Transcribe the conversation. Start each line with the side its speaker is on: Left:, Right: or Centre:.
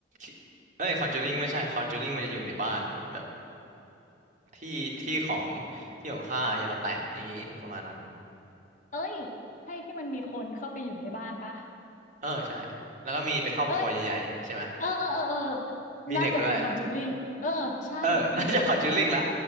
Right: ๆเอ้ยคอนจูริงไม่ใช่คอนจูริงมันจะอยู่ในบ้านแบบ ที่ที่ของที่ของข้าอย่ามาแตะอย่างนี้ประมาณนั้น
Left: เอ้ยใช่ที่มันมีคนเข้าไปอยู่ในบ้านปะ
Right: เออใช่แล้วก็มีเป็นครอบครัวใหญ่ๆใช่ไหม
Left: เอ้ยเออเออเออเออ
Right: มีเด็กด้วย
Left: น่าจะเป็นคอนจูริงเออใช่มีเด็ก
Right: เออ <laughs> น่าจะคอนจูริงละ